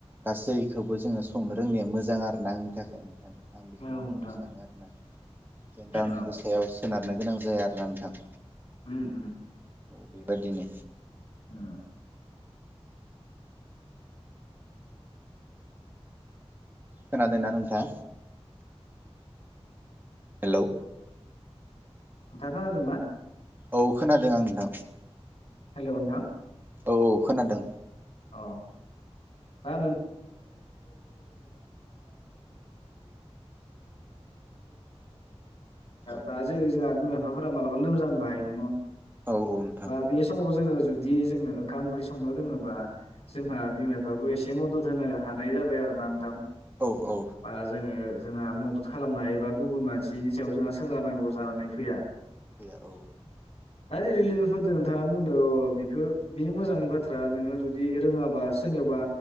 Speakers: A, on the right (about 20°); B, on the left (about 65°).
A: गासैखौबो जोङो संनो रोंनाया मो जां आरो ना आंनि थाखाय नोंथां आं बेखौनो
B: औ नोंथां
A: बुंनो सानो आरोना जेन दावनि
B: औ
A: गो सायावसो सोनारनो गोनां जाया आरोना नोंथां
B: ओम ओम
A: बेबायदिनो
B: ओम
A: खोनादों ना नोंथां हेलौ
B: नोंथाङा खोनादों ना
A: औ खोनादों आं नोंथां
B: हेलौ नोंथां
A: औ औ खोनादों
B: <unintelligible> बाथ्राया
A: औ
B: दा जेरै जोंहा <unintelligible> फोरा मालाबा लोमजानाय <unintelligible>
A: औ औ नोंथां
B: बा बे समाव जोङो जुदि जोङो ओंखाम ओंख्रि संनो रोङोबा जोंहा बिमा बिफाखौ एसे मदद होनो हानाय जाबाय आरो ना नोंथां।
A: औ औ
B: बा जोङो जोंहा मदद खालामनो हायो एबा गुबुन मानसिनि सायाव जोंहा सोनारनांगौ जानानै फैया।
A: फैया औ।
B: दा जेरै लोगोफोरजों नोंथाङा बुंदों अ बेखौ बे मोजांनि बाथ्रा नोङो जुदि बिदि रोङाबा सोरनावबा